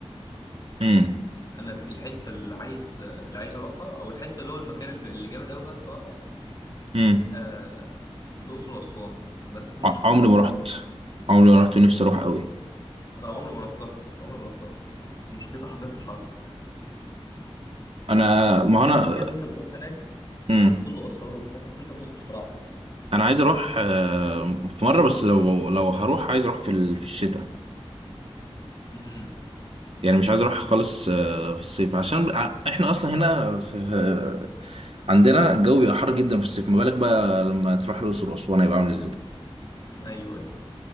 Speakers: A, on the right; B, on the left.
A: مم.
B: انا في الحته اللي عايز اللي عايز اروحها او الحته اللي هو المكان اللي, اللي جامد قوي بقى الصراحه
A: مم.
B: آه... الاقصر واسوان بس مشكلتها
A: ع- عمري
B: في الحر
A: ما رحت عمري ما رحت ونفسي أروح قوي
B: انا عمري ما رحتها انا عمري ما رحتها بس مشكلتها حرفيا في الحر
A: أنا ما
B: تحس
A: هو أنا
B: كده ان انت بتروح هناك
A: مم.
B: مكان كله اثار وبتاع تحس ان انت في وسط الفراعنه
A: أنا عايز أروح آه، في مرة بس لو لو هروح عايز أروح في ال- في الشتاء
B: امم
A: يعني مش عايز اروح خالص آه، في الصيف عشان ع- احنا اصلا هنا في في- عندنا الجو بيبقى حر جدا في الصيف ما بالك بقى لما تروح الاقصر واسوان هيبقى عامل ازاي
B: ايوه ايوه